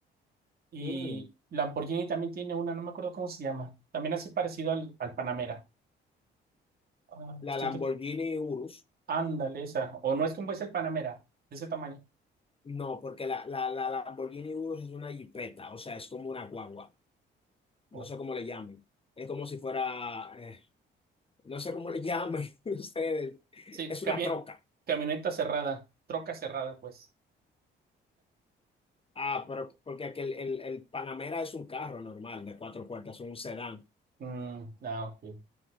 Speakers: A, on the right; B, on the left.
A: Y
B: Mm,
A: Lamborghini también tiene una, no me acuerdo cómo se llama. También así parecido al, al Panamera. Ah, estoy
B: La Lamborghini
A: tr-
B: Urus.
A: ándale, esa. O no es como es el Panamera, de ese tamaño.
B: No, porque la, la, la Lamborghini Urus es una jipeta, o sea, es como una guagua. No
A: O-
B: sé cómo le llamen. Es como si fuera, eh, no sé cómo le llamen <laughs> ustedes.
A: sí,
B: Es una
A: cami-
B: troca.
A: camioneta cerrada, troca cerrada, pues.
B: Ah, pero porque aquel, el, el Panamera es un carro normal de cuatro puertas, un sedán.
A: Mm, ah, ok.